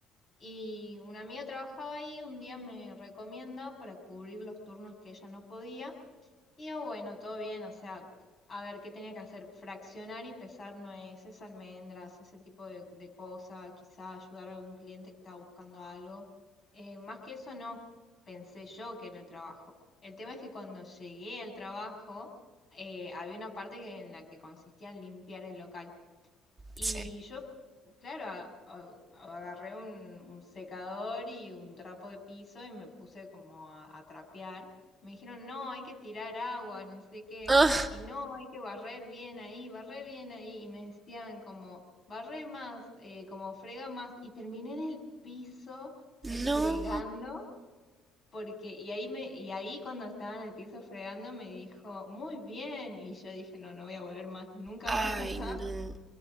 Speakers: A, on the left; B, on the right.
A: Y una amiga trabajaba ahí, un día me recomienda para cubrir los turnos que ella no podía. Y digo, bueno, todo bien, o sea, a ver qué tenía que hacer, fraccionar y pesar nueces, almendras, ese tipo de, de cosa, quizá ayudar a algún cliente que estaba buscando algo. Eh, más que eso no, pensé yo que era el trabajo. El tema es que cuando llegué al trabajo, eh, había una parte que- en la que consistía en limpiar el local. Y
B: sí.
A: yo, claro, a- a- agarré un, un secador y un trapo de piso y me puse como a, a trapear. Me dijeron, no, hay que tirar agua, no sé qué.
B: Ah,
A: Y no, hay que barrer bien ahí, barré bien ahí. Y me decían como, barré más, eh, como frega más. Y terminé en el piso eh, fregando.
B: no.
A: Porque, y ahí me, y ahí cuando estaba en el piso fregando me dijo, muy bien. Y yo dije, no, no voy a volver más, nunca
B: Ay,
A: más acá.
B: no.